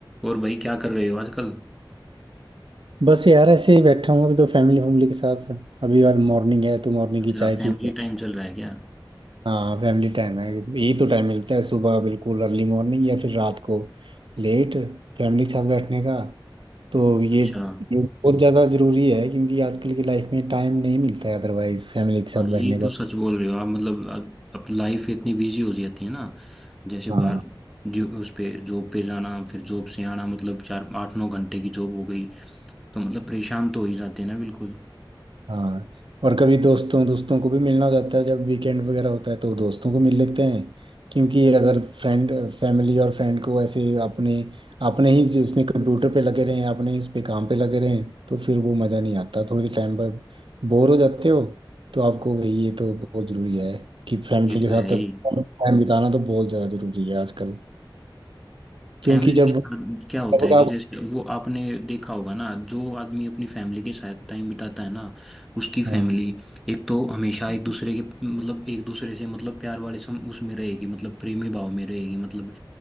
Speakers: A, in the centre; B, on the right.
A: और भाई क्या कर रहे हो आजकल
B: बस यार ऐसे ही बैठा हूँ अभी तो फैमिली फैमिली के साथ अभी यार मॉर्निंग है तो मॉर्निंग
A: अच्छा
B: की चाय
A: फैमिली
B: चूर
A: टाइम चल रहा है क्या
B: हाँ फैमिली टाइम है यही तो टाइम मिलता है सुबह बिल्कुल अर्ली मॉर्निंग या फिर रात को लेट फैमिली के साथ बैठने का तो ये
A: अच्छा
B: ये बहुत ज़्यादा ज़रूरी है क्योंकि आजकल की लाइफ में टाइम नहीं मिलता है अदरवाइज फैमिली के साथ
A: हाँ, ये
B: बैठने का
A: तो सच बोल रहे हो आप मतलब अब अब लाइफ इतनी बिजी हो जाती है ना जैसे बाहर
B: हाँ
A: जो उस पे जॉब पे जाना फिर जॉब से आना मतलब चार आठ नौ घंटे की जॉब हो गई तो मतलब परेशान तो हो ही जाते हैं ना बिल्कुल
B: हाँ और कभी दोस्तों दोस्तों को भी मिलना हो जाता है जब वीकेंड वगैरह होता है तो दोस्तों को मिल लेते हैं क्योंकि अगर फ्रेंड फैमिली और फ्रेंड को ऐसे अपने अपने ही जिसमें कंप्यूटर पे लगे रहें अपने ही उस पे काम पे लगे रहें तो फिर वो मज़ा नहीं आता थोड़ी टाइम पर बोर हो जाते हो तो आपको वही ये तो बहुत ज़रूरी है कि फैमिली
A: ये
B: के
A: तो
B: साथ
A: है ही
B: टाइम बिताना तो बहुत ज़्यादा ज़रूरी है आजकल क्योंकि
A: फैमिली के
B: जब
A: साथ क्या
B: जब
A: होता है
B: का
A: कि जैसे वो आपने देखा होगा ना जो आदमी अपनी फैमिली के साथ टाइम बिताता है ना उसकी फैमिली
B: हाँ
A: एक तो हमेशा एक दूसरे के मतलब एक दूसरे से मतलब प्यार वाले सम उसमें रहेगी मतलब प्रेमी भाव में रहेगी मतलब